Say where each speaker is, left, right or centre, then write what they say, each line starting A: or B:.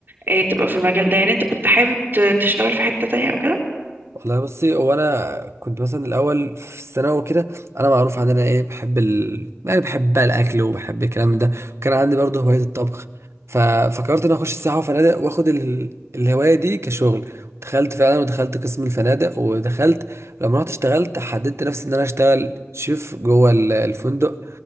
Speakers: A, on the right (about 50°); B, on the right (about 80°).
A: اه تبقى في المجال ده يعني انت كنت حابب ت- تشتغل في حتة تانية او كده
B: والله بصي هو انا كنت مثلا الاول في الثانوي كده انا معروف عن انا ايه بحب ال... يعني بحب بقى الاكل وبحب الكلام ده وكان عندي برضه هوايه الطبخ ففكرت ان أنا اخش سياحه وفنادق واخد ال... الهوايه دي كشغل دخلت فعلا ودخلت قسم الفنادق ودخلت لما رحت اشتغلت حددت نفسي ان انا اشتغل شيف جوه ال- الفندق